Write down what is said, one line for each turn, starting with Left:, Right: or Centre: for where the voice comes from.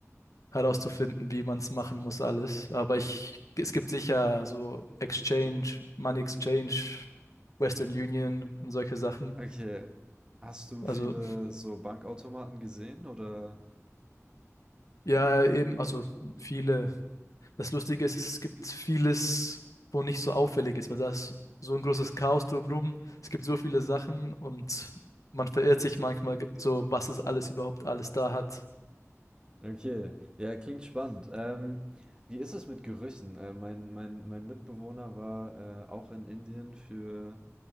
Left: herauszufinden, wie man es machen muss, alles. Aber ich, es gibt sicher so Exchange, Money Exchange, Western Union und solche Sachen.
Right: Okay. Hast du viele
Left: Also
Right: so Bankautomaten gesehen oder?
Left: ja, eben, also viele. Das Lustige ist, es gibt vieles, wo nicht so auffällig ist, weil da ist so ein großes Chaos drumherum. Es gibt so viele Sachen und man verirrt sich manchmal ge- so, was es alles überhaupt alles da hat.
Right: Okay, ja, klingt spannend. Ähm, wie ist es mit Gerüchen? Äh, mein, mein, mein Mitbewohner war äh, auch in Indien für